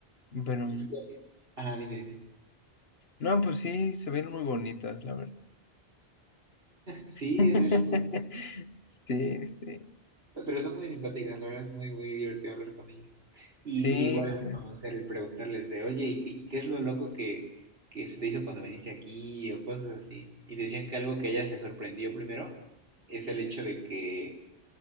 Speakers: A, on the left; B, on the right.
A: Pero.
B: Es que- Ajá, dime, dime.
A: No, pues sí, se ven muy bonitas, la verdad.
B: Sí,
A: <laughs>
B: es, es muy,
A: Sí, sí.
B: So- Pero son muy simpáticas, la verdad es muy, muy divertido hablar con ellas. Y
A: Sí,
B: igual
A: se ve.
B: conocer y preguntarles de, oye, ¿y qué, y qué es lo loco que, que se te hizo cuando viniste aquí? O cosas así. Y decían que algo que a ellas les sorprendió primero es el hecho de que